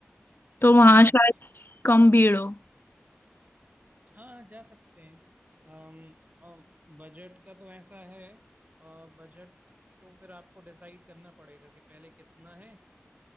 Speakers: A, on the left; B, on the right.
A: तो वहां
B: हम्म
A: शायद कम भीड़ हो
B: हाँ जा सकते हैं अम बजट का तो ऐसा है बजट तो फिर आपको डिसाइड करना पड़ेगा कि पहले कितना है अ,